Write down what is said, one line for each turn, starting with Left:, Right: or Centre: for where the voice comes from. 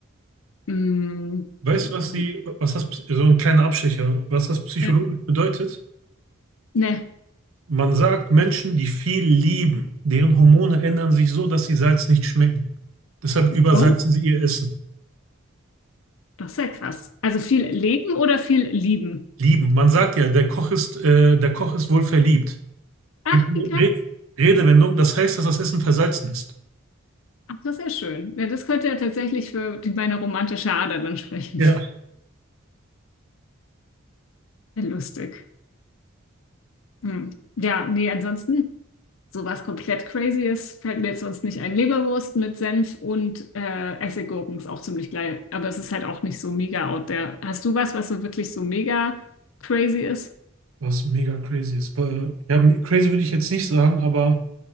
Left: Mm,
Right: Weißt
Left: und ansonsten-
Right: du, was die, was das, so ein kleiner Abstecher, was das psychologisch
Left: ja.
Right: bedeutet?
Left: Ne.
Right: Man sagt, Menschen, die viel lieben, deren Hormone ändern sich so, dass sie Salz nicht schmecken. Deshalb übersalzen
Left: Oh,
Right: sie ihr Essen.
Left: das ist ja krass. Also viel leben oder viel lieben?
Right: Lieben. Man sagt ja, der Koch ist, äh, der Koch ist wohl verliebt.
Left: Ach,
Right: Gibt eine
Left: wie krass.
Right: Re Redewendung, das heißt, dass das Essen versalzen ist.
Left: Ach, das ist ja schön. Ja, das könnte ja tatsächlich für die, meine romantische Ader dann sprechen.
Right: Ja.
Left: <laughs> Ja, lustig. Hm. Ja, nee, ansonsten, sowas komplett crazy ist, fällt mir jetzt sonst nicht ein. Leberwurst mit Senf und äh, Essiggurken ist auch ziemlich geil, aber es ist halt auch nicht so mega out there. Hast du was, was so wirklich so mega crazy ist?
Right: Was mega crazy ist. Weil- Ja, m- crazy würde ich jetzt nicht sagen, aber